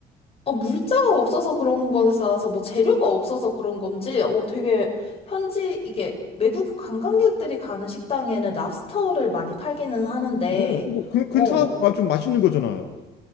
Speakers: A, on the left; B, on the left.
A: 어, 물자가 없어서 그런 거라서 뭐 재료가 없어서 그런 건지 어, 되게 현지 이게 외국 관광객들이 가는 식당에는 랍스터를 많이 팔기는 하는데
B: 오, 그거 근- 근사하고
A: 어
B: 아주 맛있는 거잖아요.